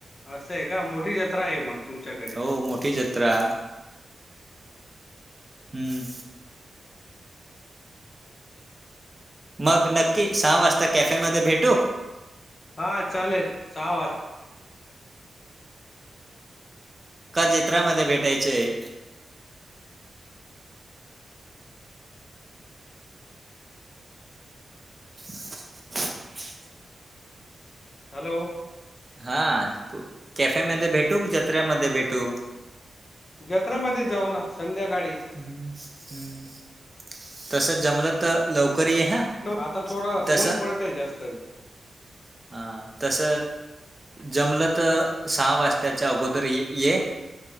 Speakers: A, on the left; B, on the right.
A: मग असं आहे का. मोठी जत्रा आहे मग तुमच्याकडे.
B: हो मोठी जत्रा. हम्म. मग नक्की सहा वाजता कॅफेमध्ये भेटू.
A: हा चालेल. सहा वाज
B: का जत्रा मध्ये भेटायचंय. <unintelligible>
A: हॅलो.
B: हा. कॅफे मध्ये भेटू? की, जत्र्यामध्ये भेटू?
A: जत्रेमध्ये जाऊ ना संध्याकाळी.
B: हम हम, तस जमलं तर लवकर ये हा.
A: आता थोडा
B: तसं
A: ऊन पडत आहे जास्त.
B: हा. तस जमलं तर, सहा वाजताच्या अगोदर ये.